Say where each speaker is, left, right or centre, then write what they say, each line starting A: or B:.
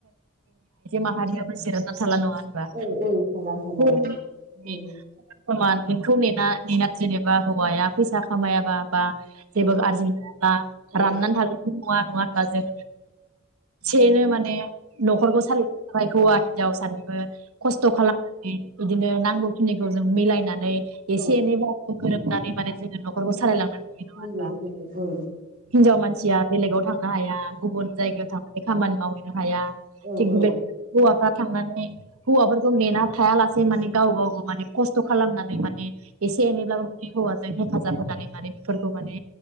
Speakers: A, on the right; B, on the right.
A: माहारियाबो जिरायना थाला नङा बा
B: औ औ थाला थाला
A: <unintelligible> समान
B: औ
A: समान नोंखौ नेना जेनेबा हौवाया फैसा खामायाबा बा जेबो
B: औ
A: आरजिनो हायाबा
B: औ
A: राननानै थागोन बे नङा बा जों सेनो माने न'खरखौ सालि ओमफाय हौवा हिनजाव सानैबो खस्थ' खालामनानै इदिनो नांगौखिनि जों मिलायनानै
B: औ
A: एसे
B: औ
A: एनै बा बो गोरोब <unintelligible> जोङो न'खरखौ
B: औ
A: सालायलांनो हायो नङा
B: नंगौ
A: होनबा
B: नंगौ औ
A: हिनजाव मानसिया बेलेगाव थांनो हाया गुबुन जायगायाव थां खामानि मावहैनो हाया
B: औ
A: थिग
B: औ
A: बेबादिनो हौवा थांनानै हौवाफोरखौ नेना थायालासे माने गाव गावबो माने खस्थ खालामनानै माने एसे एनैबलाबो हैवाजों जों हेफाजाब होनानै माने बेफोरखौ माने